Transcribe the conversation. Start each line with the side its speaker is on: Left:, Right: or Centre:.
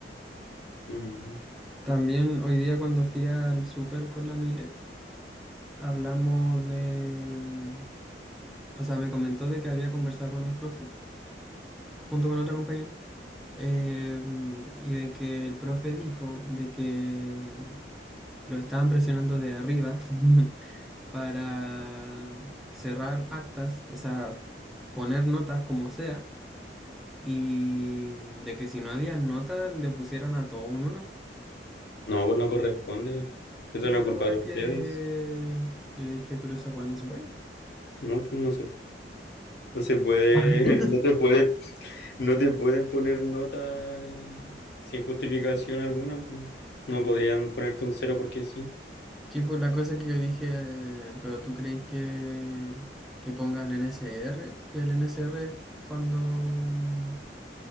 Left: Mm.
Centre: también hoy día cuando fui al súper con la Mile, hablamos de, mm, o sea, me comentó de que había conversado con un profe, junto con otra compañera, eh, mm, y de que el profe dijo de que lo estaban presionando de arriba <laughs> para cerrar actas, o sea, poner notas como sea, y de que si no había notas le pusieran a todo un uno
Left: No, pues no corresponde. Eso
Centre: Sí, pues
Left: no es
Centre: la
Left: culpa
Centre: weá
Left: de ustedes.
Centre: que yo dije, pero esa weá no se puede.
Left: No, pues no se, no se puede,
Centre: <laughs>
Left: <laughs> no te puede, no te pueden poner nota sin justificación alguna. pues. No podrían ponerte un cero porque sí.
Centre: Sí, pues la cosa que yo dije, eh, pero tú crees que, que pongan NSR, que el NSR cuando... mm,